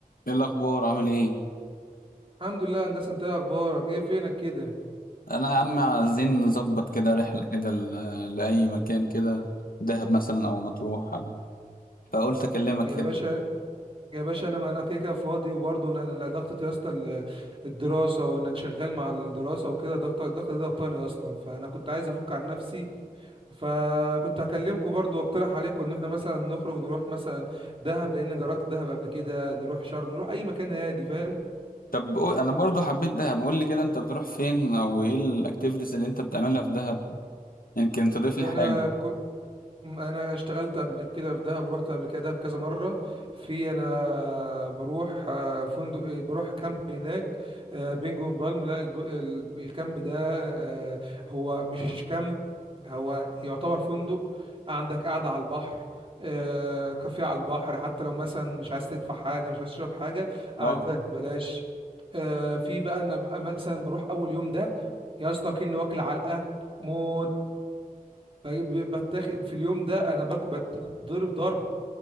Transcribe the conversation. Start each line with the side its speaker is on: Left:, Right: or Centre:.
Left: ايه الاخبار عامل ايه
Right: الحمد لله يا هندسه انت ايه اخبارك ايه فينك كده
Left: انا يا عم عايزين نظبط كده رحله كده ل- لاي مكان كده دهب مثلا او مطروح أو. فقلت اكلمك
Right: يا
Left: كده
Right: باشا يا باشا انا انا كده كده فاضي وبرضه انا أنا ضغطة يا اسطى ال- الدراسه وانك شغال مع الدراسه وكده ضغط الضغط ده ضغطاني اصلا فانا كنت عايز افك عن نفسي فكنت هكلمكم برضو واقترح عليكم ان احنا مثلا نخرج نروح مثلا دهب لان جربت دهب قبل كده نروح شرم نروح اي مكان هادي فاهم
Left: طب قول- انا برضو حبيت دهب قول لي كده انت بتروح فين او ايه الاكتيفيتيز اللي انت بتعملها في دهب يمكن تضيف لي
Right: انا
Left: حاجه
Right: انا اشتغلت قبل كده في دهب ورحت قبل كده دهب كذا مره في انا بروح آه، فندق إيه، بروح كامب هناك آه، بينجو بالم لا الب- ال- الكامب ده آه، هو مش كامب هو يعتبر فندق عندك قاعده على البحر آه، كافيه على البحر حتى لو مثلا مش عايز تدفع حاجه مش عايز تشرب حاجه قعدتك
Left: اه
Right: ببلاش آه، في بقى انا بقى مثلا بروح اول يوم ده يا اسطى كأني واكل علقه موت فبتاخد في اليوم ده انا باكل بتضرب ضرب